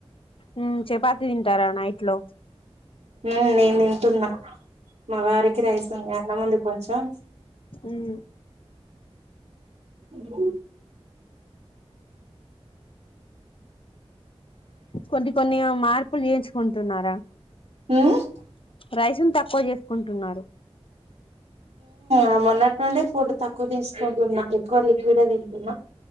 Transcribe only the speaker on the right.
ఆ నేను తింటున్నా మా వారికి రైస్ అన్నముంది కొంచెం
ఉ
హ‌‌‍ హ హ
ఆ మొన్నటి నుండే ఫుడ్ తక్కువ తీసుకుంటున్నా ఎక్కువ లిక్విడ్ తింటున్నా